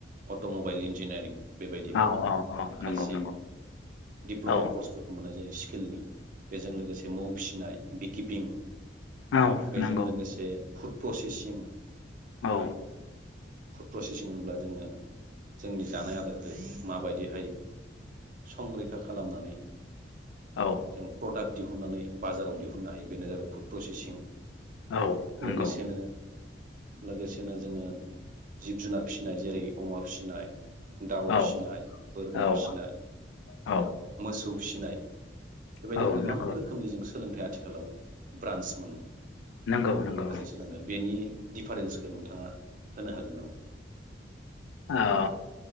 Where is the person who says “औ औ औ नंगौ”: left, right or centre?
Left